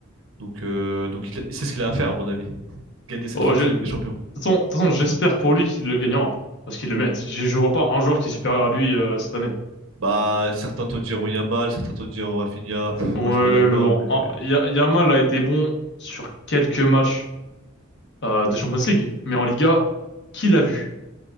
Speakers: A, on the right; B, on the left.
A: Donc, euh, donc il- c'est ce qu'il a à faire, à mon avis. gagner cette
B: Oh,
A: foutue
B: je- de
A: Ligue
B: toute
A: des Champions.
B: façon, de toute façon, j'espère pour lui qu'il le gagnera, parce qu'il le mérite. Je, je vois pas un joueur qui est supérieur à lui euh, cette année.
A: Bah, certains te diront Yamal, certains te diront Rafinha. Pff, moi,
B: Ouais,
A: je suis pas d'accord,
B: mais bon,
A: mais
B: en- Ya- Yamal a été bon sur quelques matchs euh, de Champions League, mais en Liga, qui l'a vu,